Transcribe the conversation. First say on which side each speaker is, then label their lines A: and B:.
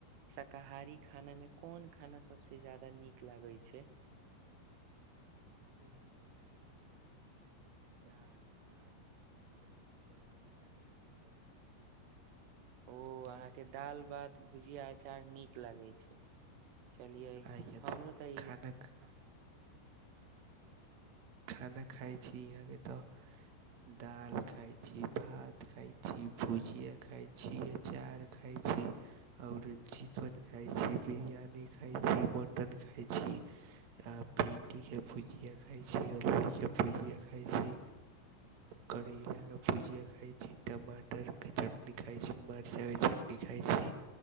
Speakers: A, on the right; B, on the right.
A: शाकाहारी खाना मे। कोन खाना सबसे जादा नीक लागै छै। <unintelligible>
B: इह त लागे छै दाल भात भुजिया चार लागे छै बड़ा नीक। <unintelligible>
A: अहाँ
B: खाना
A: के दाल भात भुजिया अचार नीक लागे छै। चलियए
B: आ
A: हमरो तऽ।
B: खाना
A: <unintelligible>
B: खाना खााय छी यहा के तऽ दाल खााय छी भात खााय छी भुजिया खााय छी अचार खाय छी आऔर चिकन खााय छी बिरियानी खााय छी मटन खााय छी आ भिंडी के भुजिया खाई छी। ल के भुजिया खा छी करलाक के भुजिया खा छी टमाटरके चटनी खा छी मचाइके चटनी खा छी